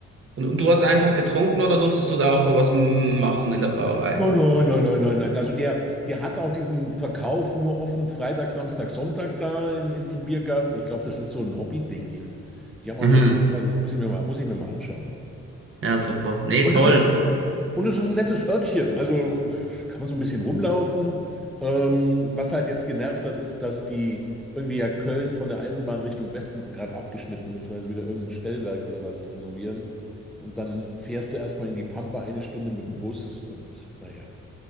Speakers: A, on the right (about 45°); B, in the centre.
A: Und, und du hast einfach getrunken oder durftest du da auch was machen in der Brauerei?
B: Nein, nein, nein, nein, nein, nein. Also der, der hat auch diesen Verkauf nur offen Freitag, Samstag, Sonntag da in, im, im Biergarten. Ich glaube, das ist so ein Hobby-Ding. Ich, die haben auch
A: Mhm.
B: eine Website, das muss ich mir mal, muss ich mir mal anschauen.
A: Ja, super. Nee,
B: Und
A: toll.
B: das ist, und das ist ein nettes Örtchen. Also kann man so ein bisschen rumlaufen. Ähm, was halt jetzt genervt hat, ist, dass die irgendwie ja Köln von der Eisenbahn Richtung Westen gerade abgeschnitten ist, weil sie wieder irgendein Stellwerk oder was renovieren. Und dann fährst du erstmal in die Pampa eine Stunde mit dem Bus und naja.